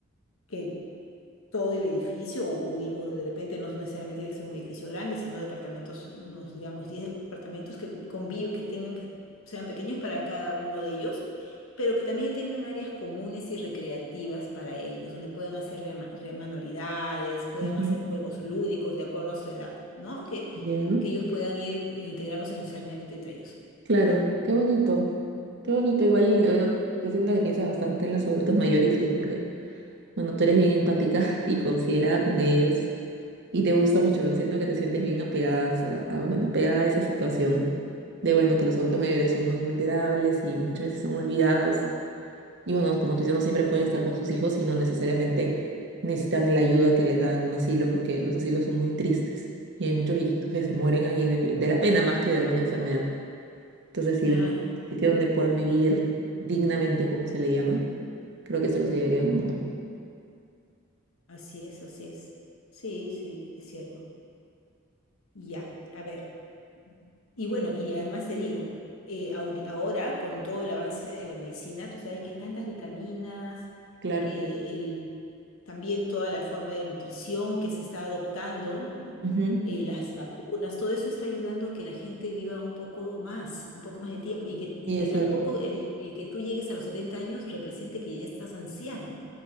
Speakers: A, on the left; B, on the right.
A: que todo el edificio, o, o- o de repente no necesariamente tiene que ser un edificio grande, sino departamentos, unos digamos 10 departamentos que conviven, que tengan, que sean pequeños para cada uno de ellos, pero que también tengan áreas comunes y recreativas para ellos, donde puedan hacer rema- re- manualidades, puedan
B: ujú,
A: hacer juegos lúdicos de acuerdo a su edad, ¿no? Que,
B: Ya.
A: que ellos puedan ir eh, integrándose socialmente entre ellos.
B: Claro. Qué bonito. Qué bonito. Igual yo, yo- yo siento que piensas bastante en los adultos mayores y es porque, bueno, tú eres bien empática <laughs> y considerada con ellos. Y te gusta mucho, entiendo que te sientes bien apegadas a, a, bueno, pegada a esa situación de, bueno, que los adultos mayores son muy vulnerables y muchas veces son olvidados. Y bueno, como tú dices, no siempre pueden estar con sus hijos y no necesariamente necesitan la ayuda que les da en un asilo porque los asilos son muy tristes y hay muchos viejitos que se mueren ahí de, de la pena más que de alguna enfermedad. Entonces, si
A: Claro.
B: les un sitio donde puedan vivir dignamente, como se le llama, creo que se los ayudaría
A: Ujú.
B: un montón.
A: Así es, así es. Sí, sí, es cierto. Ya, a ver. Y bueno, y además te digo, eh, ahori- ahora con todo el avance de la medicina, tú sabes que hay tantas vitaminas,
B: Claro.
A: eh, el, también toda la forma de nutrición que se está adoptando, ¿no?
B: Ujú.
A: eh, las vacunas, todo eso está ayudando a que la gente viva un poco más, un poco más de tiempo, y que, y
B: Sí, es
A: que tampoco
B: cierto.
A: el, el que tú llegues a los 70 años represente que ya estás anciano.